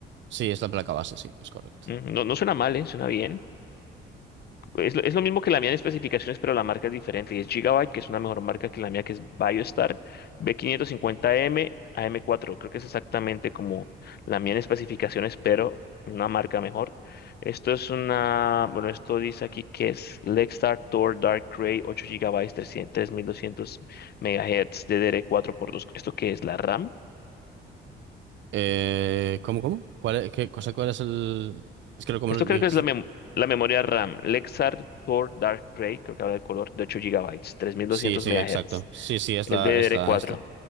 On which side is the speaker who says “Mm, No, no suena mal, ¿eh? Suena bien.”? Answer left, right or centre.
Left